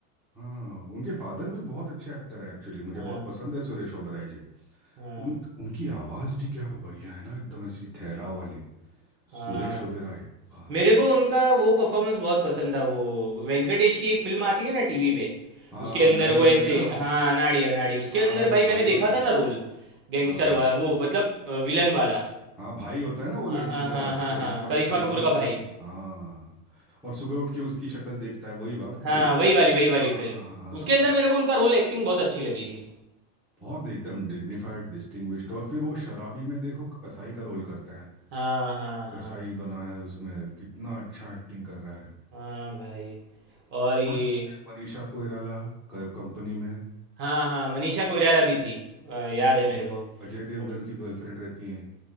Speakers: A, in the centre; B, on the right.
A: हाँ उनके फादर भी बहुत अच्छे एक्टर हैं एक्चुअली मुझे
B: हाँ
A: बहुत पसंद है सुरेश ओबेरॉय जी
B: हाँ
A: उन उनकी आवाज़ भी क्या बढ़िया है ना एकदम ऐसी ठहराव वाली
B: हाँ
A: सुरेश
B: भाई
A: ओबेरॉय बाप
B: मेरे
A: रे
B: को उनका वो परफॉर्मेंस बहुत पसंद था वो वेंकटेश की एक फिल्म आती है ना टीवी पे
A: हाँ
B: उसके अंदर
A: नाड़ी
B: वो ऐसे
A: में ना
B: हाँ अनाड़ी अनाड़ी उसके
A: हाँ
B: अंदर
A: वो
B: भाई
A: भाई
B: मैंने
A: होता
B: देखा था
A: है
B: ना रोल गैंगस्टर
A: हाँ
B: वाला वो मतलब विलन वाला
A: हाँ भाई होता है ना वो
B: हाँ
A: लड़की
B: हाँ हाँ
A: का
B: हाँ
A: करिश्मा
B: हाँ करिश्मा
A: करिश्मा
B: कपूर
A: कपूर
B: का भाई
A: का हाँ और सुबह उठ के उसकी शक्ल देखता है वही वाला वही
B: हाँ
A: फिर-
B: वही वाली वही वाली
A: हाँ
B: फिल्म
A: हाँ हाँ
B: उसके
A: हाँ
B: अंदर
A: हाँ।
B: मेरे को उनका रोल एक्टिंग बहुत अच्छी लगी थी
A: बहुत एकदम डिग्निफाइड डिस्टिंग्विश्ड और फिर वो शराबी में देखो कसाई का रोल करता है
B: हाँ हाँ हाँ
A: कसाई बना है उसमें कितना अच्छा एक्टिंग कर रहा है
B: हाँ भाई और ये
A: और इसमें मनीषा कोइराला क- कंपनी में
B: हाँ हाँ मनीषा कोइराला भी थी अ, याद है
A: हाँ
B: मेरे को
A: अजय देवगन
B: मनी
A: की गर्लफ्रेंड रहती है